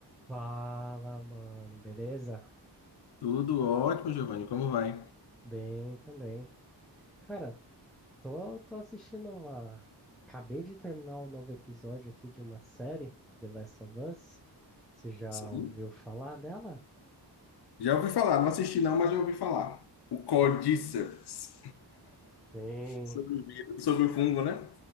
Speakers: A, in the centre; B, on the left.
A: Fala, mano, beleza?
B: Tudo ótimo, Giovanni. Como vai?
A: Bem também. Cara, tô, tô assistindo uma. Acabei de terminar o novo episódio aqui de uma série, The Last of Us. Você já
B: Sim.
A: ouviu falar dela?
B: Já ouvi falar, não assisti não, mas já ouvi falar. O Cordyceps.
A: Sim,
B: Sobre o vírus, sobre o fungo, né?